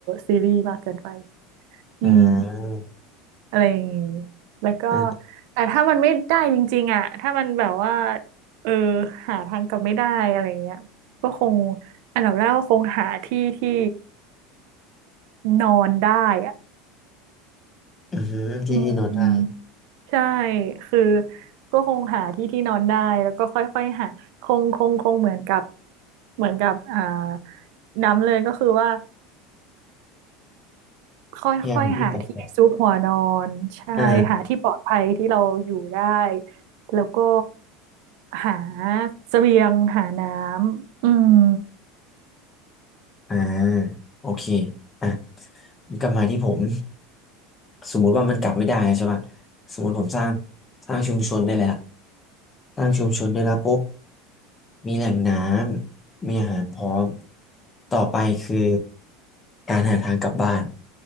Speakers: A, on the right; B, on the left.
A: ซีรีส์มากเกินไปอืม
B: อ่า
A: อะไรอย่างงี้แล้วก็
B: อ่า
A: แต่ถ้ามันไม่ได้จริงๆอ่ะถ้ามันแบบว่าเออหาทางกลับไม่ได้อะไรอย่างเงี้ยก็คงอันดับแรกก็คงหาที่ที่นอนได้อ่ะ
B: อือหือที่ที่นอนได้
A: อืมใช่ คือก็คงหาที่ที่นอนได้แล้วก็ค่อยๆหาคงคงคงเหมือนกับเหมือนกับอ่าน้ำเลยก็คือว่า ค่อยๆหาที่ซุกหัวนอนใช่หาที่ปลอดภัยที่เราอยู่ได้
B: พยายามหาที่แปลกๆอ่า
A: แล้วก็หาเสบียงหาน้ำอืม
B: อ่าโอเคอ่ะกลับมาที่ผมสมมุติว่ามันกลับไม่ได้ใช่ป่ะสมมุติผมสร้างสร้างชุมชนได้แล้วสร้างชุมชนได้แล้วปุ๊บมีแหล่งน้ำมีอาหารพร้อมต่อไปคือการหาทางกลับบ้าน